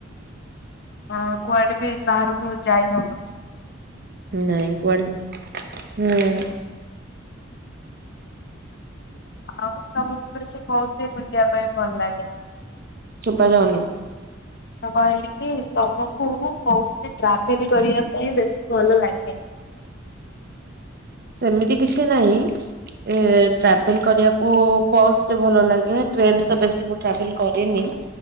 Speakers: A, on the left; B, on the right.
A: ହଁ କୁଆଡେ ବି ବାହାରକୁ ଯାଇ ହବନି।
B: ନାଇଁ କୁଆଡେ ହୁଁ
A: ଆଉ ତମକୁ ବେଶୀ କହୁଥିଲେ ବୁଲିବା ପାଇଁ ଭଲ ଲାଗେ।
B: ଶୁବା ଯାଉନି
A: <unintelligible> ମୁଁ କହିଲି କି ତମକୁ କହୁତ ଟ୍ରାଭେଲ୍ କରିବା ପାଇଁ ବେଶୀ ଭଲ ଲାଗେ।
B: ସେମିତି କିଛି ନାହିଁ ଏ ଟ୍ରାଭେଲ କରିବାକୁ ବସ୍ ରେ ଭଲ ଲାଗେ ଟ୍ରେନରେ ତ ବେଶୀ ମୁଁ ଟ୍ରାଭେଲ୍ କରିନି।